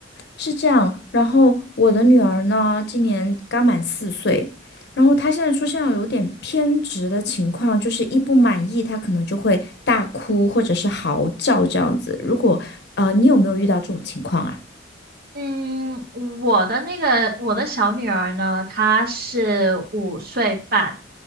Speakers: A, on the left (about 65°); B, on the right (about 55°).
A: 是这样，然后我的女儿呢，今年刚满四岁，然后她现在出现了有点偏执的情况，就是一不满意，她可能就会大哭或者是嚎叫这样子。如果呃，你有没有遇到这种情况啊？
B: 嗯，我的那个我的小女儿呢，她是五岁半，